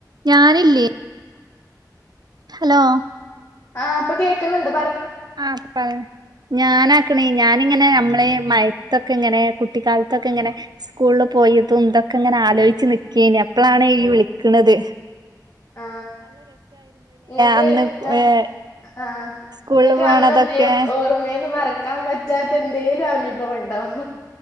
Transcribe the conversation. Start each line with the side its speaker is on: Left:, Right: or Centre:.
Right: ഞാനില്ലേ ഹലോ
Left: ആ പ്പൊ കേക്ക്ന്ന്ണ്ട്
Right: ആ പ <unintelligible> ഞാന ക്ണെ ഞാനിങ്ങനെ ഞമ്മളെ മയത്തൊക്കെ ങ്ങനെ കുട്ടിക്കാൽത്തൊക്കെ ങ്ങനെ സ്കൂൾല് പോയതും തൊക്കെ ങ്ങനെ ആലോയ്ച്ച് നിക്കേന് അപ്പളാണ് യ്യ് വിളിക്ക്ണത്.
Left: ആ ഇങ്ങക്ക്
Right: അന്ന്
Left: ന്ന്
Right: ഏഹ്
Left: ആഹ്
Right: സ്കൂളിൽ
Left: ഇങ്ങക്ക്
Right: പോണതൊക്കെ
Left: അങ്ങനെ ന്തെം ഓർമ്മേന്ന് മറ ക്കാൻ പറ്റാത്ത എന്തേലു അനുഭവണ്ടൊ ഹൊ